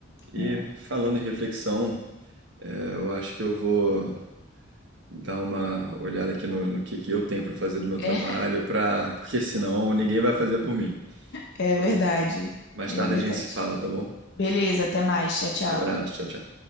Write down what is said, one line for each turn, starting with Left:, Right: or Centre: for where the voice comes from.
Right: E
Left: É,
Right: falando em reflexão, é, eu acho que eu vou dar uma olhada aqui no, no que, que eu tenho para fazer do meu trabalho,
Left: é,
Right: pra... porque senão ninguém vai fazer por mim.
Left: é
Right: Então,
Left: verdade.
Right: mais
Left: É
Right: tarde
Left: verdade.
Right: a gente se fala, tá bom?
Left: Beleza, até mais. Tchau, tchau.
Right: Abraço, tchau, tchau.